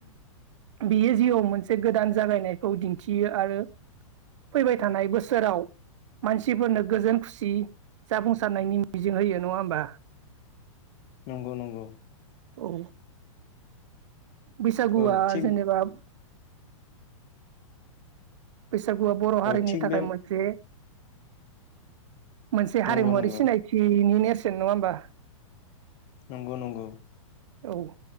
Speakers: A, on the right; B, on the left.
A: बियो जिउआव मोनसे गोदान जागायनायखौ दिन्थियो आरो फैबाय थानाय बोसोराव मानसिफोरनो गोजोन खुसि जाफुंसारनायनि मिजिं होयो नङा होमबा?
B: नंगौ-नंगौ।
A: औ। बैसागुआ
B: औ थिग
A: जेनेबा बैसागुआ बर' हारिनि
B: औ थिग
A: थाखाय
B: बे
A: मोनसे मोनसे
B: नंगौ
A: हारिमुवारि
B: नंगौ
A: सिनायथिनि नेरसोन नङा होमबा?
B: नंगौ-नंगौ।
A: औ।